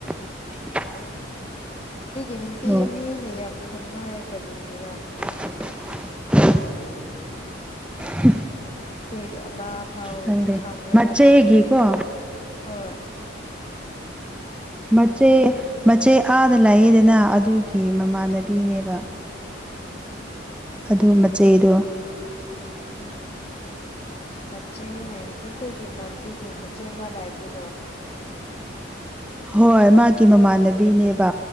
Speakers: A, in the centre; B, on the left (about 30°).
A: <inaudible>
B: ꯑꯗꯨꯒꯤ ꯅꯨꯄꯤ
A: ꯍꯣꯏ
B: ꯃꯤꯅꯦ ꯌꯥꯝ ꯈꯪꯅ ꯀꯔꯤꯒꯤꯔꯥ
A: <unintelligible>
B: ꯑꯩꯈꯣꯏꯒꯤ ꯑꯃ ꯐꯥꯎ
A: ꯈꯪꯗꯦ
B: ꯈꯥꯡꯔꯒ
A: ꯃꯆꯦꯒꯤꯀꯣ
B: ꯂꯩꯌꯦꯅꯦ ꯍꯣꯏ
A: ꯃꯆꯦ ꯃꯆꯦ ꯑꯥꯗ ꯂꯥꯛꯑꯦꯗꯅ ꯑꯗꯨꯒꯤ ꯃꯃꯥꯟꯅꯕꯤꯅꯦꯕ
B: ꯎꯝ
A: ꯑꯗꯨ ꯃꯆꯩꯗꯣ
B: ꯎꯝ ꯃꯆꯦ ꯍꯥꯏꯕꯗꯤ ꯑꯩꯈꯣꯏꯒꯤ ꯏꯃꯥꯟꯕꯤꯒꯤ ꯃꯆꯦ ꯃꯜꯂ ꯍꯥꯏꯕꯗꯨꯔꯣ
A: ꯍꯣꯏ ꯃꯥꯒꯤ ꯃꯃꯥꯟꯅꯕꯤꯅꯦꯕ